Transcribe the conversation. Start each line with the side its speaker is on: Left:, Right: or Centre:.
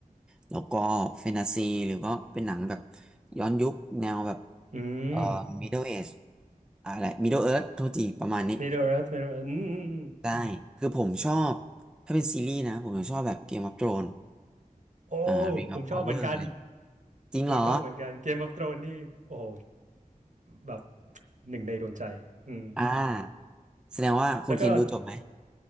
Centre: แล้วก็แฟนตาซีหรือก็เป็นหนังแบบย้อนยุคแนวแบบ
Right: อืม
Centre: เอ่อ Middle Age อะไร Middle Earth โทษทีประมาณนี้
Right: Middle Earth Middle Earth อืมอืมอืม
Centre: ได้ คือผมชอบ ถ้าเป็นซีรีส์นะผมจะชอบแบบ Game of Thrones
Right: โอ้
Centre: อ่า Ring
Right: ผมชอบเหมือนกัน
Centre: of Power อะไร จริงเหรอ
Right: ผมชอบเหมือนกัน Game of Thrones นี่โอ้โหแบบหนึ่งในดวงใจอืม
Centre: อ่าแสดงว่าคุณเคนดูจบไหม
Right: แล้วก็